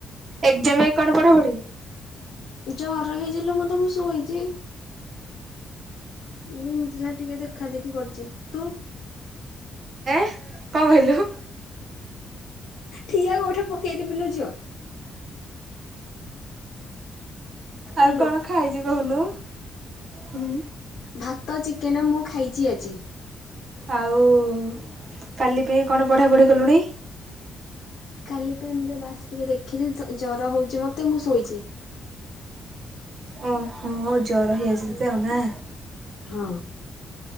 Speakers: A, on the right; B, on the left.
A: ଏଜାମ୍ ପାଇଁ କଣ ପଢାପଢି?
B: ଜର ହେଇଛି ଲୋ ମତେ ମୁଁ ଶୋଇଛି ଉମ୍ ଏମିତି ଯାହା ଟିକେ ଦେଖାଦେଖି କରିଛି ତୁ?
A: ଏ କଣ କହିଲୁ?
B: ଠିଆ ଗୋଇଠା ପକେଇଦେବି ଲୋ ଝିଅ। ହାଲୋ
A: ଆଉ କଣ ଖାଇଛୁ କହୁନୁ ହୁଁ?
B: ଭାତ ଚିକେନ ମୁଁ ଖାଇଛି ଆଜି
A: ଆଉ-ଉ-ଉ-ଉ କାଲି ପାଇଁ କଣ ପଢ଼ାପଢ଼ି କଲୁଣି?
B: କାଲି ପାଇଁ ମୁଁ ଟିକ ବାସ୍ ଟିକେ ଦେଖିଛି ଜର ହେଉଛି ମୋତେ ମୁଁ ଶୋଇଛି
A: ଓହୋ ଜର ହେଇଆସିଛି ତ ନା।
B: ହଁ